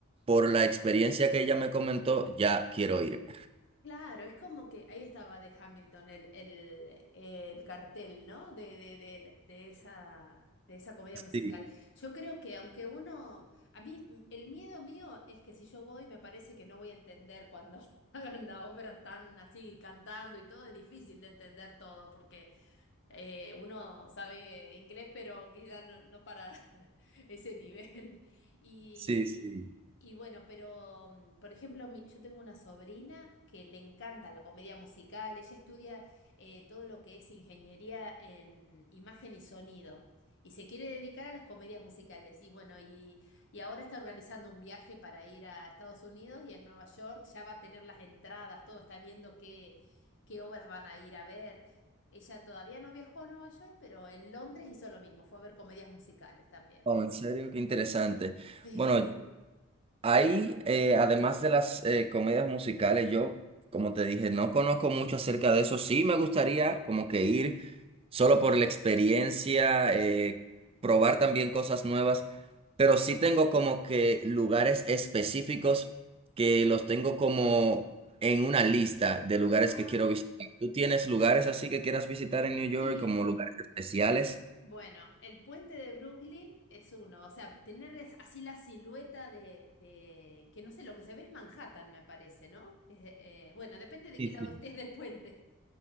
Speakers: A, on the right; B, on the left.
A: por la experiencia que ella me comentó, ya quiero ir.
B: Claro, es como que ahí estaba de Hamilton el, el, el cartel, ¿no? De, de, de, de esa, de esa comedia
A: Sí,
B: musical. Yo creo que aunque uno, a mí mm, el miedo mío es que si yo voy me parece que no voy a entender cuando <laughs> hagan la obra tan así, cantando y todo, es difícil de entender todo porque eh, uno sabe inglés, pero quizás no, no para <laughs> ese nivel. Y,
A: sí, sí.
B: y bueno, pero mm, por ejemplo, mi- yo tengo una sobrina que le encanta la comedia musical. Ella estudia eh, todo lo que es ingeniería en imagen y sonido. Y se quiere dedicar a las comedias musicales. Y bueno, y, y ahora está organizando un viaje para ir a Estados Unidos y a Nueva York. Ya va a tener las entradas, todo. Está viendo qué, qué obras van a ir a ver. Ella todavía no viajó a Nueva York, pero en Londres hizo lo mismo, fue a ver comedias musicales también.
A: Oh, en serio, qué interesante.
B: Sí.
A: Bueno,
B: <laughs>
A: Ahí, eh, además de las eh, comedias musicales, yo, como te dije, no conozco mucho acerca de eso. Sí me gustaría como que ir solo por la experiencia, eh, probar también cosas nuevas, pero sí tengo como que lugares específicos que los tengo como en una lista de lugares
B: Ah,
A: que quiero visitar. ¿Tú tienes lugares así que quieras visitar en New York
B: Y
A: como lugares especiales?
B: bueno, el puente de Brooklyn es uno, o sea, tener es- así la silueta de, de- que no sé, lo que se ve es Manhattan, me parece, ¿no? Que es, eh, bueno, depende de
A: Sí,
B: qué lado
A: sí.
B: estés del puente.